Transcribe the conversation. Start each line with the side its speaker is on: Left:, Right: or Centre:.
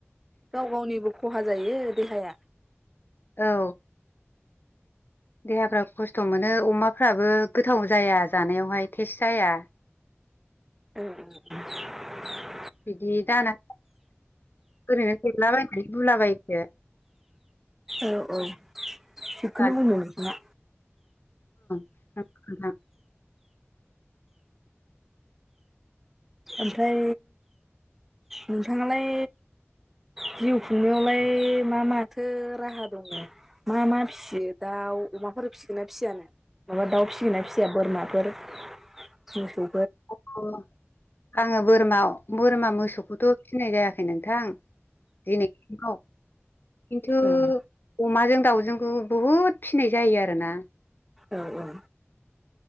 Centre: गाव गावनिबो खहा जायो देहाया।
Left: औ। देहाफ्रा खस्थ' मोनो अमाफ्राबो गोथाव जाया जानायावहाय टेस्ट जाया।
Centre: <unintelligible>
Left: बिदि दाना ओरैनो हैलाबायनानै रुलाबायोसो।
Centre: औ औ थिगखौनो
Left: दानि
Centre: बुंदों नोंथाङा।
Left: <unintelligible>
Centre: ओमफ्राय नोंथाङालाय जिउ खुंनायावलाय मा माथो राहा दङ मा मा फिसियो दाउ अमाफोर फिसिगोन ना फिसियानो माबा दाउ फिसिगोन ना फिसिया बोरमाफोर मोसौ
Left: अ आङो बोरमा बोरमा मोसौखौथ' फिसिनाय जायाखै नोंथां दिनैसिमाव खिन्थु
Centre: ओं
Left: अमाजों दाउजों खौ बुहुद फिसिनाय जायो आरोना।
Centre: औ औ